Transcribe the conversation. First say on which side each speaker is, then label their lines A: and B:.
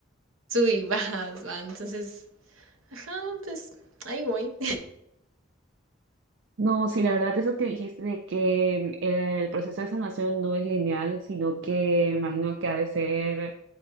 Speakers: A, on the right (about 80°); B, on the right (about 65°).
A: sub y bajas, ¿va? Entonces, ajá, pues ahí voy.
B: No, sí, la verdad, eso que dijiste de que eh, el proceso de sanación no es lineal, sino que imagino que ha de ser